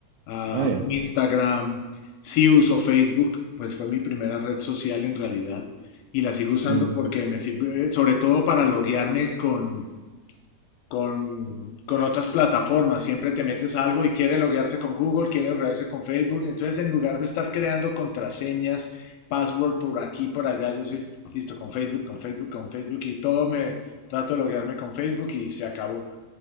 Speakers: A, on the left; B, on the right.
A: ah,
B: Ah, ya.
A: Instagram, sí uso Facebook, pues fue mi primera red social en realidad y la sigo usando
B: Mm.
A: porque me sirve, eh, sobre todo para loguearme con con, con otras plataformas. Siempre te metes a algo y quiere loguearse con Google, quiere loguearse con Facebook. Entonces, en lugar de estar creando contraseñas, password por aquí, por allá, yo soy listo con Facebook, con Facebook, con Facebook y todo me trato de loguearme con Facebook y se acabó.